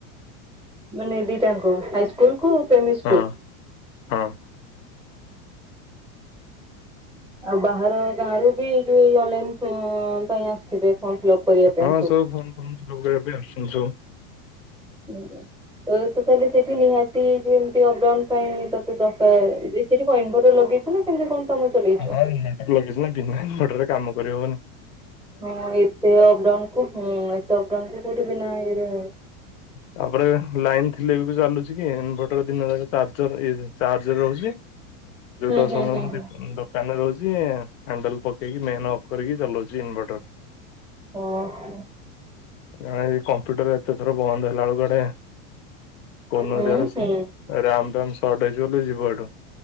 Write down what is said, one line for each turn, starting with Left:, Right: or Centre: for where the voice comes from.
Centre: ମାନେ ଦିଟାଙ୍କ ହାଇସ୍କୁଲ। ପ୍ରେମି ସ୍କୁଲ
Left: ହଁ। ହଁ
Centre: ଆଉ ବାହାର ଗାଁ ର ବି ଯୋଉ ଅନଲାଇନ ପାଇଁ ଆସିଥିବେ ଫର୍ମ ଫିଲପ କରିବା
Left: ହଁ
Centre: ପାଇଁ
Left: ସବୁ ଫୋନ ଫନ ଫିଲପ କରିବା ପାଇଁ ଆସୁଛନ୍ତି ସବୁ।
Centre: ହୁଁ ତ ତାହେଲେ ସେଠି ନିହାତି ଯୋଉ ଏମିତି ଅପ୍ ଡାଉନ୍ ପାଇଁ ତତେ ଡକା ସେଠି କଣ ଇନଭୋଟର ଲଗେଇଚୁ ନା କେମତି କଣ କାମ ଚଲେଇଛୁ?
Left: ହଁ ଇନଭୋଟର ଲଗେଇଚୁ ନା ବିନା ଇନଭୋଟରରେ। କାମ କରି ହବନି।
Centre: ହଁ ଏତେ ଅପଡାଉନ କୁ ହୁଁ ଏତେ ଅପଡାଉନ କୁ। କଉଟି ବିନା ଇଏ ରେ।
Left: ତାପରେ ଲାଇନ ଥିଲେ ବି ଚାଲୁଛି କି ଇନଭର୍ଟର ଦିନ ଯା ଚାର୍ଜର ଇଏ ଚାର୍ଜ ରହୁଛି। ଯୋଉଦ
Centre: ହୁଁ ହୁଁ
Left: ସମୟ
Centre: ହୁଁ
Left: ମୁ
Centre: ହୁଁ
Left: ଦୋକାନରେ ରହୁଛି। ହ୍ୟାଣ୍ଡଲ ପକେଇକି ମେନ୍ ଅଫ୍ କରିକି ଚଲଉଛି ଇନଭୋଟର।
Centre: ଓ ହ
Left: ହଁଇ କମ୍ପ୍ୟୁଟର ଏତ ତ ପ ବନ୍ଦ ହେଲା ବେଳୁ କଆଡେ କନ
Centre: ହୁଁ
Left: ଦଡ
Centre: ହୁଁ
Left: ରାମ ରାମ ସଟ ଯିବ ଏଠୁ